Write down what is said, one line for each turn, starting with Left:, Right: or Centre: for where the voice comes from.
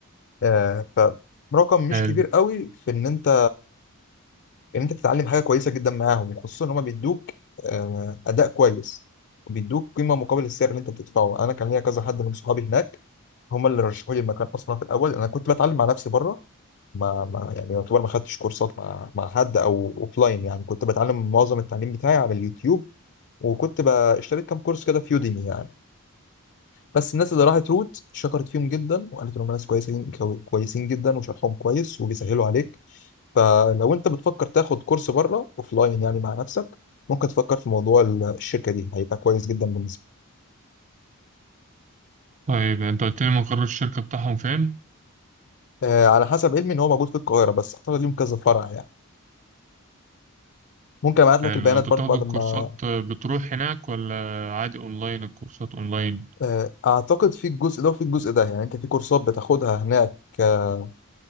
Left: آه، فرقم مش
Right: حلو
Left: كبير قوي في ان انت ان انت تتعلم حاجه كويسه جدا معاهم خصوصا ان هم بيدوك آه، اداء كويس وبيدوك قيمه مقابل السعر اللي انت بتدفعه انا كان ليا كذا حد من صحابي هناك هم اللي رشحوا لي المكان اصلا في الاول انا كنت بتعلم مع نفسي بره ما ما يعني يعتبر ما خدتش كورسات مع مع حد او اوفلاين يعني كنت بتعلم معظم التعليم بتاعي على اليوتيوب وكنت ب- اشتريت كام كورس كده في يوديمي يعني بس الناس اللي راحت روت شكرت فيهم جدا وقالت انهم ناس كويسين كو- كويسين جدا وشرحهم كويس وبيسهلوا عليك فلو انت بتفكر تاخد كورس بره اوفلاين يعني مع نفسك ممكن تفكر في موضوع ال- الشركه دي هيبقى كويس جدا بالنسبه
Right: طيب أنت قلت لي مقر الشركة بتاعهم فين؟
Left: لك آه، على حسب علمي ان هو موجود في القاهره بس اعتقد ليهم كذا فرع يعني ممكن ابعت لك
Right: حلو
Left: البيانات
Right: أنت
Left: برضه
Right: بتاخد
Left: بعد
Right: الكورسات
Left: ما
Right: آه، بتروح هناك ولا عادي أونلاين الكورسات أونلاين؟
Left: آه، اعتقد في الجزء ده وفي الجزء ده يعني انت في كورسات بتاخدها هناك آه،